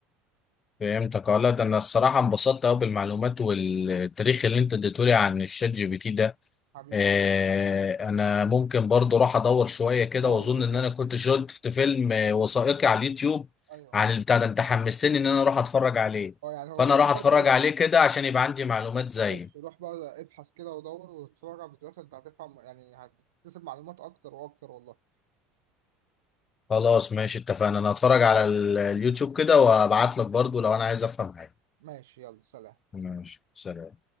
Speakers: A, on the left (about 35°); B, on the right (about 80°).
A: فهمتك اه لا ده انا الصراحه انبسطت قوي بالمعلومات والتاريخ اللي انت اديتهولي عن الشات جي بي تي ده
B: حبيبي
A: آه، انا ممكن برضو راح ادور شويه كده
B: اه
A: واظن
B: يا بابا
A: ان انا كنت شفت فيلم آه، وثائقي على اليوتيوب
B: ايوه
A: عن البتاع ده انت حمستني ان انا اروح اتفرج عليه
B: اه يعني هو
A: فانا
B: روح
A: راح اتفرج
B: برضه
A: عليه كده عشان يبقى عندي معلومات زي
B: ماشي روح بقى ابحث كده ودور واتفرج على فيديوهات وانت هتفهم يعني هتكتسب معلومات اكتر واكتر والله
A: خلاص ماشي اتفقنا انا هتفرج على ال- اليوتيوب كده وابعت لك برضو لو انا عايز افهم حاجه
B: ماشي يلا سلام
A: ماشي سلام